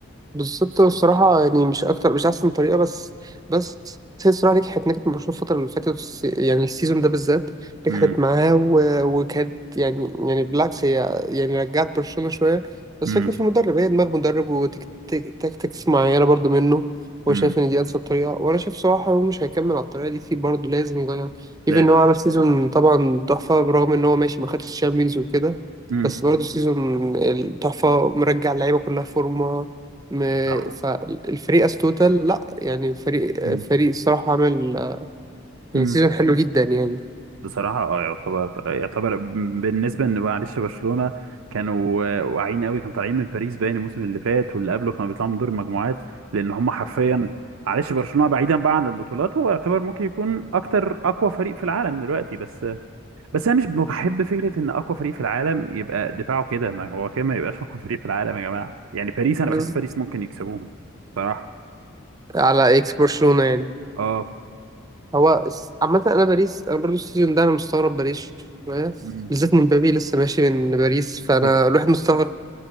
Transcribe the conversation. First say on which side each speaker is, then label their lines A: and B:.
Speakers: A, on the right; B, on the right.
A: بالظبط
B: بص
A: الصراحة يعني مش أكتر مش أحسن طريقة بس بس هي الصراحة نجحت نجحت مع برشلونة الفترة اللي فاتت الس- يعني السيزون ده بالذات نجحت
B: امم
A: معاه و... وكانت يعني يعني بالعكس هي يعني رجعت برشلونة شوية بس
B: امم
A: فكرة
B: بص
A: في المدرب هي دماغ مدرب وتكتكس معينة برضو منه
B: امم
A: هو شايف إن دي أنسب طريقة وأنا شايف صراحة هو مش هيكمل على الطريقة دي كتير برضه لازم يغير
B: لازم
A: إيفن إن
B: أسلوب
A: هو عمل سيزون طبعا تحفة برغم إن هو ماشي ما خدش الشامبيونز وكده
B: امم
A: بس برضه سيزون التحفة مرجع اللعيبة كلها فورمة م-
B: صح
A: فالفريق استوتل لا يعني فريق
B: امم
A: فريق الصراحة عمل آه، يعني
B: امم
A: سيزون حلو جدا يعني
B: بصراحة اه يعتبر يعتبر بالنسبة ان معلش برشلونة كانوا آه، واعيين قوي كانوا طالعين من باريس باين الموسم اللي فات واللي قبله كانوا بيطلعوا من دور المجموعات لان هم حرفيا معلش برشلونة بعيدا بقى عن البطولات هو يعتبر ممكن يكون اكتر اقوى فريق في العالم دلوقتي بس بس انا مش بحب فكره ان اقوى فريق في العالم يبقى دفاعه كده ما هو كده ما يبقاش <laughs> اقوى فريق في العالم يا جماعه يعني باريس انا
A: بز...
B: بحس باريس ممكن يكسبوهم صراحه
A: على اكس برشلونة يعني
B: اه
A: هو الس- عامة انا باريس انا برضو السيزون ده انا مستغرب باريس شوية
B: أمم،
A: بالذات ان مبابي لسه ماشي من باريس فانا
B: بالظبط
A: الواحد مستغرب